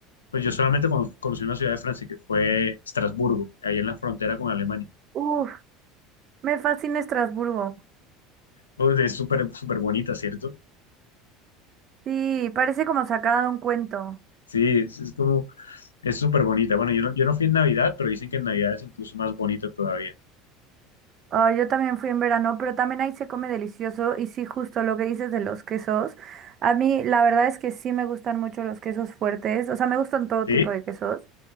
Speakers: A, on the left; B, on the right.
A: pues yo solamente cono- conocí una ciudad de Francia que fue Estrasburgo, ahí en la frontera con Alemania.
B: Uf. Me fascina Estrasburgo.
A: Uf, es súper, súper bonita, ¿cierto?
B: Sí, parece como sacada de un cuento.
A: Sí, es, es como, es súper bonita. Bueno, yo no, yo no fui en Navidad, pero dicen que en Navidad es incluso más bonita todavía.
B: Ah, yo también fui en verano, pero también ahí se come delicioso. Y sí, justo lo que dices de los quesos. A mí, la verdad es que sí me gustan mucho los quesos fuertes. O sea, me gustan todo
A: ¿Sí?
B: tipo de quesos.